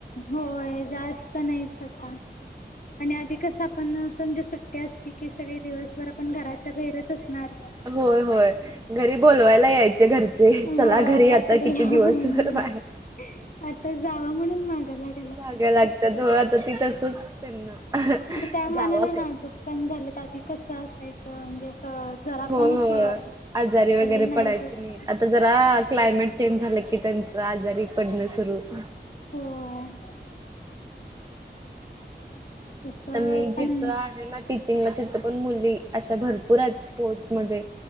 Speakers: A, on the left; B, on the right.
A: होय जास्त नाहीच आता. आणि आधी कस आपण समजा सुट्टी असली की सगळी दिवसभर आपण घराच्या बाहेरच असणार.
B: होय होय घरी बोलवायला यायचे घर.
A: होय
B: चला घरी आता
A: तरी
B: किती
A: म्हणून
B: दिवसभर बाहेर.
A: आता जावा म्हणून माग लाग.
B: माग लागतात होय आता ती तसच त्यांना.
A: म्हणजे त्या मनान
B: जावा
A: नाजूक
B: काय
A: पण झाललेत आधी कसं असायचं म्हणजे असं. जरा
B: हो
A: पण
B: हो
A: असं
B: आजारी
A: आता
B: वगैरे
A: लय नाजूक
B: पडायचे नाही. आता जरा क्लायमेट चेंज झालं की त्यांच आजारी पडणं सुरू होत.
A: होय. तस
B: तर मी
A: पण.
B: जिथं आहे ना टीचिंगला तिथं पण मुली अशा भरपूर आहेत स्पोर्ट्समध्ये.